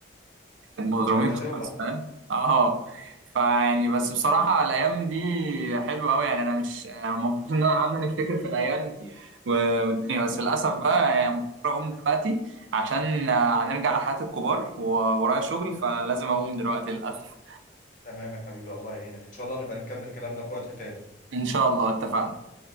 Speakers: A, on the right; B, on the left.
A: مضرومين
B: كانت هتولع
A: خالص فاهم اه فيعني بس بصراحة الأيام دي حلوة أوي يعني أنا مش أنا مبسوط إن أنا قعدنا نفتكر في الأيام دي و- والدنيا بس للأسف بقى يعني مضطر أقوم دلوقتي عشان آه، هنرجع لحياة الكبار وورايا شغل فلازم أقوم دلوقتي للأسف
B: تمام يا حبيبي الله يعينك ان شاء الله نبقى نكمل كلامنا في وقت تاني
A: إن شاء الله اتفقنا